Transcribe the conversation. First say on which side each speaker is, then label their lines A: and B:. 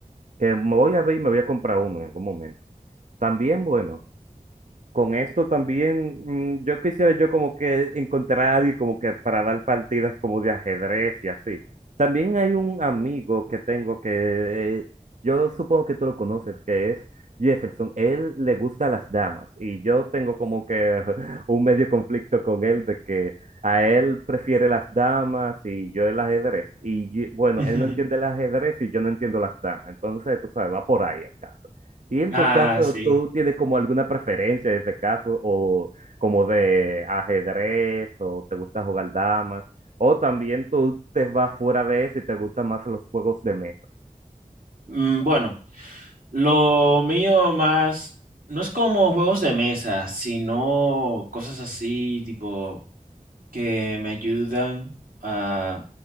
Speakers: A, on the right; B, on the right.
A: que me voy a ver y me voy a comprar uno en algún momento. También, bueno. Con esto también, mm, yo quisiera yo como que encontrar a alguien como que para dar partidas como de ajedrez y así. También hay un amigo que tengo que eh, yo supongo que tú lo conoces, que es Jefferson. Él le gusta las damas y yo tengo como que <laughs> un medio conflicto con él de que a él prefiere las damas y yo el ajedrez. Y yo- bueno,
B: <laughs>
A: él no entiende el ajedrez y yo no entiendo las damas. Entonces, tú sabes, va por ahí el caso. Y en
B: Ah,
A: tu caso,
B: sí.
A: ¿tú tienes como alguna preferencia en ese caso? ¿O como de ajedrez? ¿O te gusta jugar damas? ¿O también tú te vas fuera de eso y te gustan más los juegos de mesa?
B: Mm, Bueno, lo mío más no es como juegos de mesa, sino cosas así tipo que me ayudan a,